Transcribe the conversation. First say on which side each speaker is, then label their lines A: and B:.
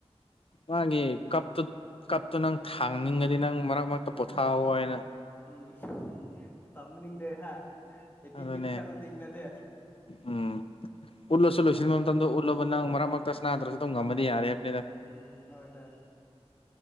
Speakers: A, on the left; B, on the left.
A: ꯃꯥꯒꯤ ꯀꯞꯇꯨ ꯀꯞꯇꯨ ꯅꯪ ꯊꯥꯡꯅꯤꯡꯉꯗꯤ ꯅꯪ ꯃꯔꯛ ꯃꯔꯛꯇ ꯄꯣꯊꯥꯑꯣꯣ ꯍꯥꯏꯅ
B: ꯎꯝ ꯇꯝꯅꯤꯡꯗꯦ ꯍꯥ ꯑꯦꯇꯤꯇ꯭ꯌꯨꯠ
A: ꯑꯗꯨꯅꯦ
B: ꯈꯔ ꯎꯗꯤꯡꯅꯗꯦ
A: ꯎꯝ ꯎꯠꯂꯁꯨ ꯂꯣꯏꯁꯤꯟꯕ ꯃꯇꯝꯗ ꯎꯠꯂꯨꯕ ꯅꯪ ꯃꯔꯛ ꯃꯔꯛꯇꯁ ꯅꯥꯗ꯭ꯔꯁꯨ ꯑꯗꯨꯝ ꯉꯝꯃꯗꯤ ꯌꯥꯔꯦ ꯍꯥꯏꯕꯅꯤꯗ
B: ꯎꯝ ꯍꯣꯏ ꯇ